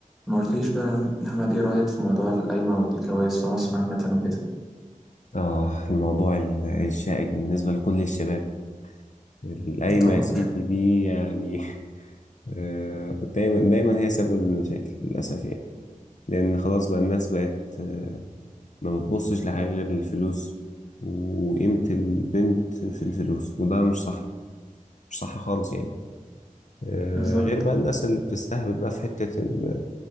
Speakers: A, in the centre; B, on the left (about 60°).
A: ما قلتليش بقى يا أحمد إيه رأيك في موضوع القايمة والجواز في مصر عامة وكده
B: آه الموضوع ال- الشائك بالنسبة لكل الشباب القايمة
A: طبعا
B: يا سيدي دي يعني <laughs> آه، دايما دايما هي سبب المشاكل للأسف يعني لأن خلاص بقى الناس بقت آه، ما بتبصش لحاجة غير الفلوس وقيمة البنت في الفلوس وده مش صح مش صح خالص يعني آه،
A: بالظبط
B: غير بقى الناس اللي بتستهبل بقى في حتة إن